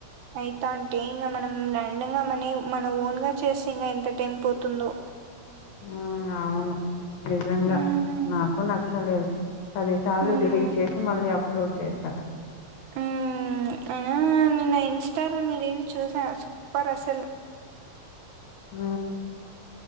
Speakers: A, on the right; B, on the left.
A: అవుతా అంటే ఇంకా మనం. ఉండంగా మనీ మనం ఓన్ గా చేస్తే ఇంగా ఎంత టైం పోతుందో.
B: ఆ అవును. నిజంగా
A: ఉమ్
B: నాకు నచ్చలేదు. పది సార్లు
A: ఉమ్
B: డెలిట్ చేసి మళ్ళీ అప్ అప్లోడ్ చేసా.
A: హ్ అయినా నిన్న ఇన్స్టాలో ని రీల్స్ చూసా సూపర్ అసలు.
B: ఆ